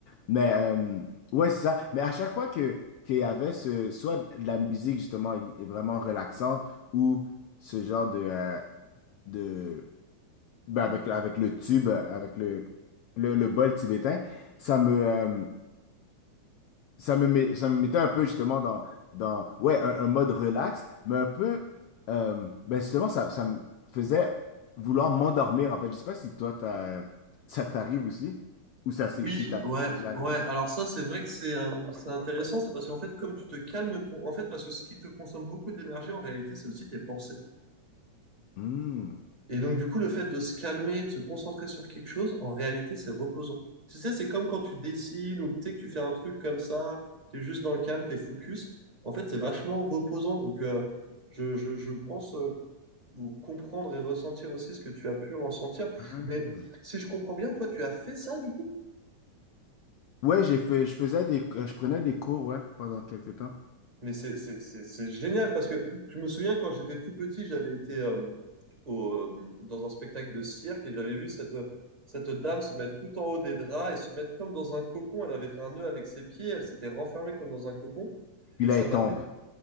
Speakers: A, on the left; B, on the right.
A: Mais, euh, ouais, c'est ça. Mais à chaque fois que, qu'il y avait ce, soit de la musique, justement, est est vraiment relaxante, ou ce genre de, euh, de, ben, avec, avec le tube, avec le, le, le bol tibétain, ça me, euh, ça me met, ça me mettait un peu justement dans, dans ouais, un, un mode relax, mais un peu, euh, ben justement, ça, ça me faisait vouloir m'endormir, en fait. Je sais pas si toi, t'as, ça t'arrive aussi, ou ça, c'est,
B: Oui,
A: si t'as
B: ouais,
A: déjà arrivé.
B: ouais. Alors ça, c'est vrai que c'est euh, c'est intéressant, c'est parce qu'en fait, comme tu te calmes ton... En fait, parce que ce qui te consomme beaucoup d'énergie, en réalité, c'est aussi tes pensées.
A: Hmm.
B: Et donc, du coup, le fait de se calmer et de se concentrer sur quelque chose, en réalité, c'est reposant. Tu sais, c'est comme quand tu dessines ou tu sais, que tu fais un truc comme ça, tu es juste dans le calme, tu es focus. En fait, c'est vachement reposant. Donc, euh, je, je, je pense euh, comprendre et ressentir aussi ce que tu as pu ressentir.
A: Ah.
B: Mais si je comprends bien, toi, tu as fait ça, du coup.
A: Ouais, j'ai fait, je faisais des, euh, je prenais des cours, ouais, pendant quelques temps.
B: Mais c'est c'est- c'est- c'est génial parce que je me souviens quand j'étais tout petit, j'avais été... euh, au, euh, dans un spectacle de cirque et j'avais vu cette, cette dame se mettre tout en haut des draps et se mettre comme dans un cocon. Elle avait fait un nœud avec ses pieds, elle s'était renfermée comme dans un cocon
A: Puis
B: et
A: là,
B: ça
A: elle
B: m'a
A: tombe.
B: fait.